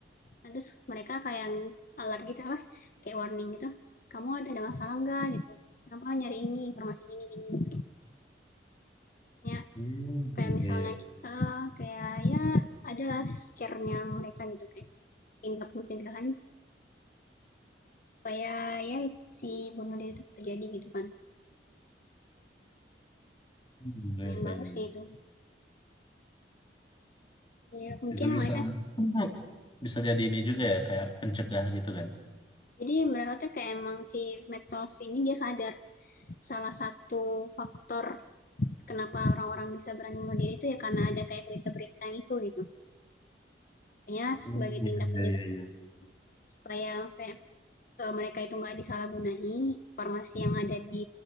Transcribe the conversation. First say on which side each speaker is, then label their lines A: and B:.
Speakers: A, on the left (about 50°); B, on the left (about 25°).
A: Nah, terus mereka kayak yang alert gitu apa kayak warning gitu kamu ada, ada masalah nggak gitu kenapa nyari ini informasi ini ini gitu ya
B: Hmm,
A: kayak
B: iya,
A: misalnya
B: iya.
A: eh, kayak ya adalah scare-nya mereka gitu kayak tindak pencegahan supaya ya si bunuh diri itu terjadi gitu kan
B: Hmm,
A: Nah,
B: iya,
A: yang
B: iya,
A: bagus
B: iya.
A: sih itu ya mungkin
B: Itu bisa,
A: mereka
B: bisa jadi ini juga ya, kayak pencegah gitu kan.
A: jadi mereka tuh kayak emang si medsos ini dia sadar salah satu faktor kenapa orang-orang bisa berani bunuh diri itu ya karena ada kayak berita-berita yang itu gitu Ya,
B: Hmm,
A: sebagai tindak penjaga
B: Iya, iya, iya.
A: supaya eh, mereka itu nggak disalahgunai informasi yang ada di